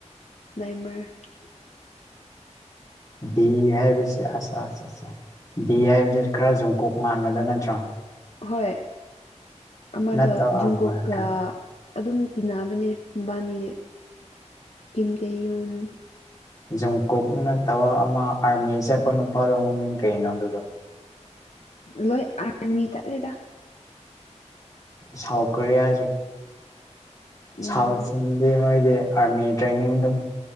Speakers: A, on the left (about 60°); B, on the left (about 30°).
A: ꯅꯥꯏꯃꯔ
B: ꯕꯤ ꯍꯥꯏꯁ ꯕꯤ ꯍꯥꯏꯕꯁꯤ ꯈꯔ ꯖꯨꯝꯀꯨꯣꯛ ꯃꯥꯟꯕꯗ ꯅꯠꯇ꯭ꯔꯣ
A: ꯍꯣꯏ ꯑꯃꯗ
B: ꯅꯠꯇꯕ
A: ꯖꯨꯨꯡꯀꯣꯛꯀ
B: ꯑ
A: ꯑꯗꯨꯝ ꯇꯤꯟꯅꯕꯅꯦ ꯃꯕꯥꯅꯤꯁ ꯀꯤꯝ ꯇꯦꯌꯨꯣꯟ
B: ꯖꯨꯝꯀꯨꯞꯅ ꯇꯕ ꯑꯃ ꯑꯥꯔꯃꯤ ꯆꯠꯄ ꯅꯨꯄꯥꯗꯣ ꯃꯃꯤꯡ ꯀꯅꯣ ꯑꯗꯨꯗꯣ
A: ꯂꯣꯏ ꯑꯔꯃꯤ ꯇꯠꯂꯗ
B: ꯁꯥꯎꯊ ꯀꯣꯔꯤꯌꯥ
A: ꯎꯝ
B: ꯁꯥꯎ ꯆꯤꯡꯗꯦ ꯅꯣꯏꯗꯤ ꯑꯥꯔꯃꯤ ꯇ꯭ꯔꯅꯤꯡ ꯑꯗꯨꯝ